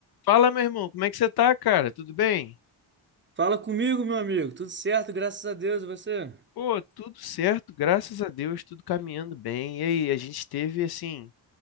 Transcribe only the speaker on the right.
Fala comigo, meu amigo. Tudo certo, graças a Deus. E você?